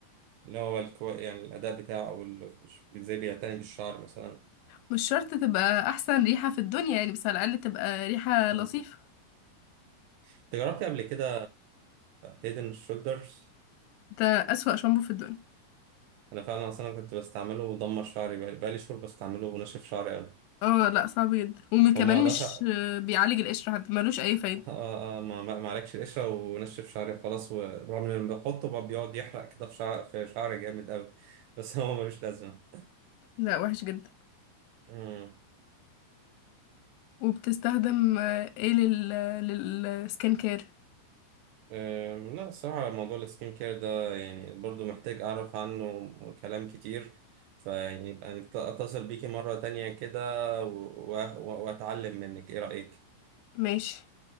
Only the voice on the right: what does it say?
اللي هو الكو... يعني الاداء بتاعه او ال- ازاي بيعتني بالشعر مثلا
مم. انت جربتي قبل كده هيدن شولدرز
انا فعلا اصلا كنت بستعمله ودمر شعري بقالي بقالي شهور بستعمله وناشف شعري قوي
وما اقدرش
آه، آه، ما ما- ما عليكش القشرة ونشف شعري وخلاص ورغم ان أنا بحطه بقى بيقعد يحرق كده في شعر في شعري جامد قوي <laughs> بس هو ملوش لازمة
مم.
أم، لا الصراحة موضوع السكين كير ده يعني برضو محتاج أعرف عنه كلام كتير فيعني يبقى نت- أتصل بيكي مرة تانية كده و- و- وأتعلم منك إيه رأيك؟